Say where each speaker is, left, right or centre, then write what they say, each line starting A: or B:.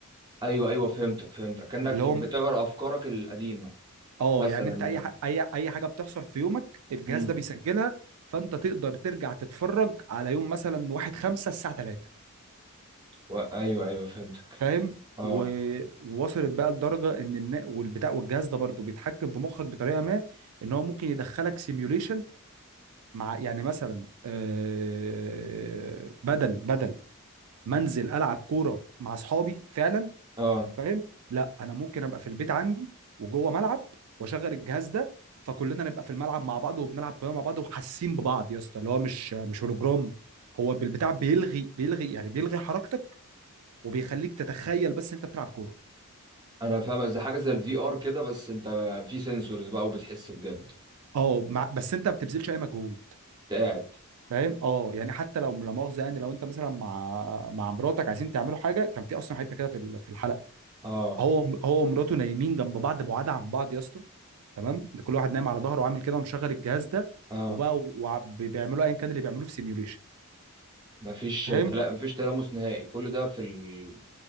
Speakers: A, on the right; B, on the right.
A: ايوه ايوه فهمتك فهمتك كأنك
B: اللي هو
A: بتغير افكارك القديمة
B: اه
A: مثلا
B: يعني انت
A: يعني
B: اي ح... اي اي حاجه بتحصل في يومك الجهاز
A: امم
B: ده بيسجلها فانت تقدر ترجع تتفرج على يوم مثلا 1 5 الساعه 3
A: و... ايوه ايوه فهمتك
B: فاهم
A: اه
B: و- ووصلت بقى لدرجه ان النا... والبتاع والجهاز ده برضه بيتحكم في مخك بطريقه ما ان هو ممكن يدخلك سيميوليشن مع يعني مثلا آه، بدل بدل منزل العب كوره مع اصحابي فعلا
A: اه
B: فاهم لا انا ممكن ابقى في البيت عندي وجوه ملعب واشغل الجهاز ده فكلنا نبقى في الملعب مع بعض وبنلعب كلنا مع بعض وحاسين ببعض يا اسطى اللي هو مش مش هولوجرام هو بالبتاع بيلغي بيلغي يعني بيلغي حركتك وبيخليك تتخيل بس انت بتلعب كوره
A: انا فاهم زي حاجة زي الفي ار كده بس انت في سنسورز بقى وبتحس بجد انت
B: اه مع بس انت ما بتبذلش اي مجهود
A: قاعد
B: فاهم اه يعني حتى لو لا مؤاخذه يعني لو انت مثلا مع مع مراتك عايزين تعملوا حاجه كان في اصلا حته كده في ال- في الحلقه
A: اه
B: هو هو ومراته نايمين جنب بعض بعاد عن بعض يا اسطى تمام ده كل واحد نايم على ظهره وعامل كده ومشغل الجهاز ده
A: اه
B: وبقى وع- بيعملوا ايا كان اللي بيعملوه في سيميوليشن
A: مفيش
B: فاهم
A: تلا... مفيش تلامس نهائي كل ده في ال...